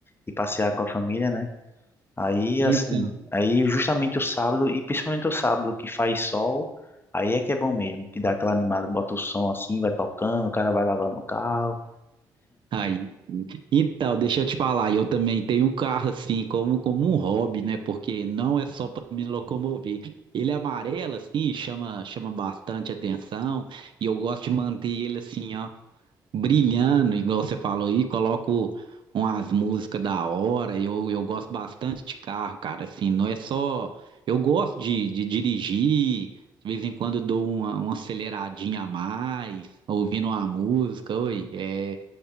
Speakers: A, on the left; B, on the right.
A: e passear com a família, né? Aí,
B: Então.
A: assim, aí justamente o sábado, e principalmente o sábado que faz sol, aí é que é bom mesmo, que dá aquela animada, bota o som assim, vai tocando, o cara vai lavando o carro.
B: Aí, sim. então, deixa eu te falar, eu também tenho um carro assim, como, como um hobby, né? Porque não é só para me locomover. Ele é amarelo, assim, chama, chama bastante atenção, e eu gosto de manter ele assim, ó, brilhando, igual você falou aí, coloco umas músicas da hora, eu, eu gosto bastante de carro, cara, assim, não é só. Eu gosto de, de dirigir, de vez em quando eu dou uma, uma aceleradinha a mais, ouvindo uma música, oi, é.